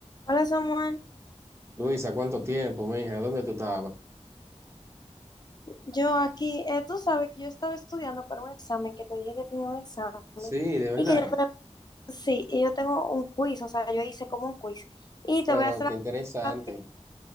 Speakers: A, on the left (about 35°); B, on the right (about 20°).
A: Hola Samuel,
B: Luisa, ¿cuánto tiempo, mija? ¿Dónde tú estabas?
A: yo aquí, eh, tú sabes que yo estaba estudiando para un examen, que te dije que tenía un examen
B: Sí, de verdad.
A: y que yo, pre- sí, y yo tengo un quiz, o sea, yo hice como un quiz y te
B: Pero
A: voy a hacer
B: qué
A: la
B: interesante.
A: pregunta a ti,